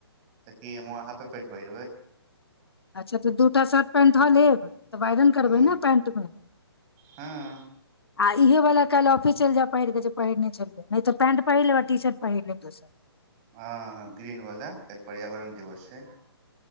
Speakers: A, on the right (about 25°); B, on the left (about 65°).
A: तऽ कि म हफ पेंट परै
B: अच्छा तऽ दूटा शर्ट पैंट धऽ लेब तऽ बइरन करबे
A: हूँ
B: ने पेंट मे
A: हँ
B: आ इ वला काल् ऑिस चलि जाय पहिरके परनेलियै नहि तऽ पैंट पहिरे आ टी शर्ट पहिर लेबोसर
A: हँ ग्रीन वाल क पर्यावरण दिवस छै